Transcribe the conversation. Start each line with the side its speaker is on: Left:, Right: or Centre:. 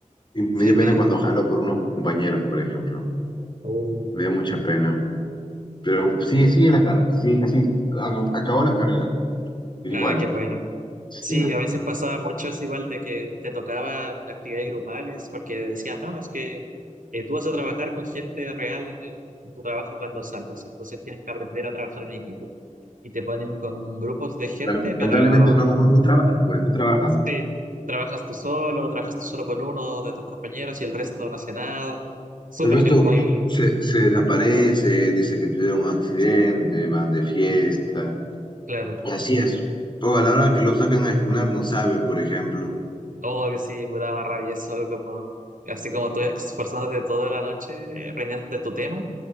Left: y me
Right: sí,
Left: dio
Right: te-
Left: pena cuando jaló por unos compañeros, por ejemplo.
Right: Oh.
Left: Me dio mucha pena. Pero sí, sí en la carrera, sí, sí, ac- acabó la carrera, pero
Right: Ah,
Left: igual,
Right: qué bueno.
Left: sí.
Right: Sí, a veces pasaba mucho es igual de que te tocaban actividades grupales porque decías, no, es que eh, tú vas a trabajar con gente real en el- en tu trabajo cuando salgas, entonces tienes que aprender a trabajar en equipo. Y te ponen con grupos de gente,
Left: Lamentablemente
Right: pero
Left: no, no, no trabajan, pues, no trabajan.
Right: Sí, trabajas tú solo, trabajas tú solo con uno de tus compañeros y el resto no hace nada. Súper,
Left: El resto
Right: es muy
Left: se,
Right: Sí.
Left: se desaparece, dice que tuvieron un accidente, van de fiesta,
Right: claro.
Left: y así es. O a la hora que lo sacan a exponer no sabe, por ejemplo.
Right: Oh, que sí, me da más rabia eso, como, así como tú esforzándote toda la noche, aprendiéndote tu tema